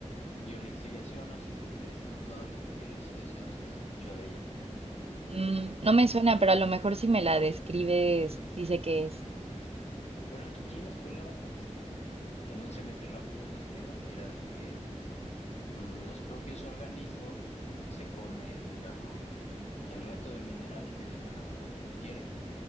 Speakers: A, on the left; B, on the right.
A: biolixiviación, no sé si ustedes han usado li- biolixiviación o si has escuchado de ella.
B: Mm, no me suena, pero a lo mejor si me la describes, sí sé qué es.
A: Bueno, aquí en la escuela, este, en un semestre rápido nos dieron y era de que mm, los propios organismos se comen, digamos, el resto del mineral y te dejan nada más lo que tú quieres.